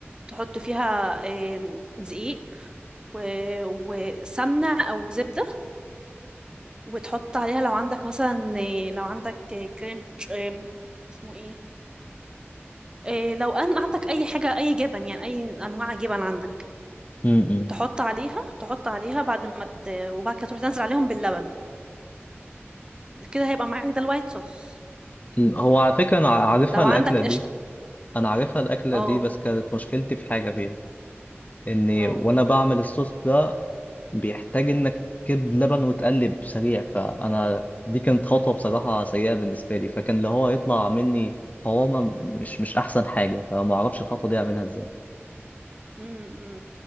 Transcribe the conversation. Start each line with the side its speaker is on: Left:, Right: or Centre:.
Right: تحط فيها آم، دقيق و- وسمنه او زبده وتحط عليها لو عندك مثلا آه، لو عندك آه، كريم مش- آم، اسمه ايه آه، لو ان عندك اي حاجه اي جبن يعني اي انواع جبن عندك
Left: امم
Right: تحط عليها تحط عليها بعد ما ت... وبعد كده تروح تنزل عليهم باللبن كده هيبقى معاك ده الوايت صوص
Left: هو على فكره انا عارفها
Right: لو
Left: الاكله
Right: عندك
Left: دي
Right: قشطه
Left: انا عارفها الاكله
Right: اه
Left: دي بس كانت مشكلتي في حاجه فيها ان
Right: اه
Left: وانا بعمل الصوص ده بيحتاج انك تكب لبن وتقلب سريع فانا دي كانت خطوه بصراحه سيئه بالنسبه لي فكان اللي هو يطلع مني قوامه مش مش احسن حاجه فما اعرفش الخطوه دي اعملها ازاي
Right: امم امم.